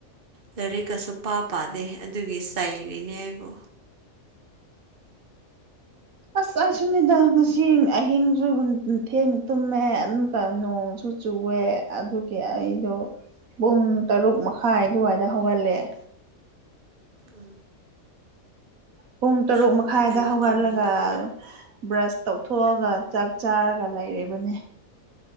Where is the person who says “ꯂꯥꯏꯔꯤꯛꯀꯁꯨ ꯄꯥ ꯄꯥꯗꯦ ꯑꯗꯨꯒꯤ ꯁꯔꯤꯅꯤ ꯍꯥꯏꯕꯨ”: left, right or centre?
Right